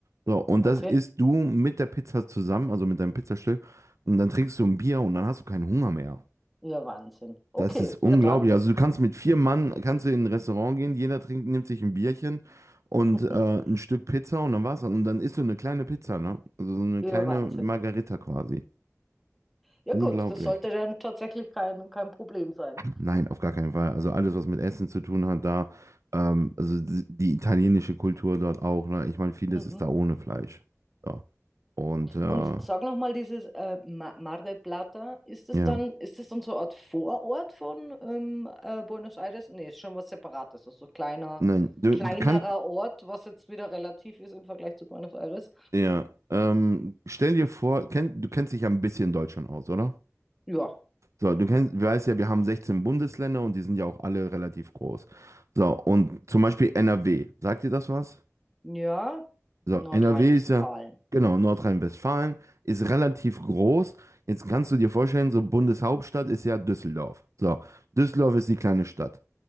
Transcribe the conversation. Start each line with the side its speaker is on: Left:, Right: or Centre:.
Right: So, und
Centre: Okay.
Right: das isst du mit der Pizza zusammen, also mit deinem Pizzastück. Und dann trinkst du ein Bier und dann hast du keinen Hunger mehr.
Centre: Ja, Wahnsinn. Okay,
Right: Das ist unglaublich.
Centre: ja dann.
Right: Also du kannst mit vier Mann, kannst du in ein Restaurant gehen, jeder trinkt, nimmt sich ein Bierchen und
Centre: <laughs>
Right: äh, ein Stück Pizza und dann war's. das. Und dann isst du eine kleine Pizza, ne? Also so eine
Centre: Ja,
Right: kleine
Centre: Wahnsinn.
Right: Margarita quasi.
Centre: Ja
Right: Unglaublich.
Centre: gut, das sollte dann tatsächlich kein, kein Problem sein.
Right: Nein, auf gar keinen Fall. Also alles, was mit Essen zu tun hat, da, ähm, also die die italienische Kultur dort auch, ne? Ich meine, vieles
Centre: Mhm.
Right: ist da ohne Fleisch. Ja. Und äh,
Centre: Und sag noch mal, dieses äh, Ma- Mar del Plata, ist das
Right: ja.
Centre: dann, ist das dann so eine Art Vorort von ähm, äh, Buenos Aires? Nee, ist schon was Separates, also so kleiner,
Right: Nein, du,
Centre: kleinerer
Right: du kannst,
Centre: Ort, was jetzt wieder relativ ist im Vergleich zu Buenos Aires.
Right: ja, ähm, stell dir vor, kenn, du kennst dich ja ein bisschen Deutsch schon aus, oder?
Centre: Ja,
Right: So, du kennst, du weißt ja, wir haben 16 Bundesländer und die sind ja auch alle relativ groß. So, und zum Beispiel NRW. Sagt dir das was?
Centre: ja,
Right: So,
Centre: Nordrhein-Westfalen.
Right: NRW ist ja, genau, Nordrhein-Westfalen ist relativ groß. Jetzt kannst du dir vorstellen, so Bundeshauptstadt ist ja Düsseldorf. So, Düsseldorf ist die kleine Stadt.